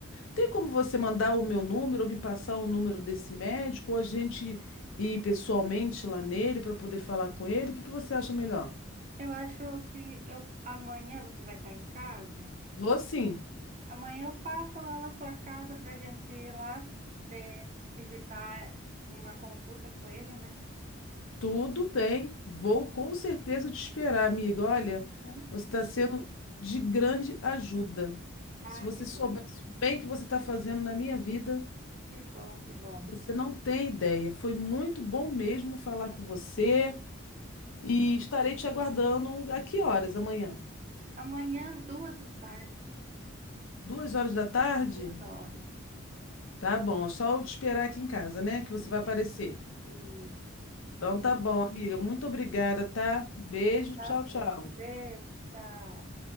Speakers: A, on the left; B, on the right.
A: Tem como você mandar o meu número ou me passar o número desse médico ou a gente ir pessoalmente lá nele para poder falar com ele? O que que você acha melhor?
B: Eu acho que eu, amanhã você vai estar em casa?
A: Vou sim.
B: Amanhã eu passo lá na sua casa para a gente ir lá ver, visitar uma consulta com ele, né?
A: Tudo bem. Vou com certeza te esperar, amiga. Olha,
B: Uhum.
A: você está sendo de grande ajuda.
B: Ai,
A: Se você
B: que bom,
A: soubesse o bem que você está fazendo na minha vida,
B: que bom, que bom.
A: você não tem ideia. Foi muito bom mesmo falar com você.
B: Hum,
A: E estarei te aguardando a que horas amanhã?
B: Amanhã, duas da tarde,
A: Duas horas da tarde?
B: duas horas.
A: Tá bom, é só eu te esperar aqui em casa, né? Que você
B: E,
A: vai aparecer.
B: e, e,
A: Então tá bom, amiga. Muito obrigada, tá? Beijo,
B: tá
A: tchau, tchau.
B: bom, beijo, tchau.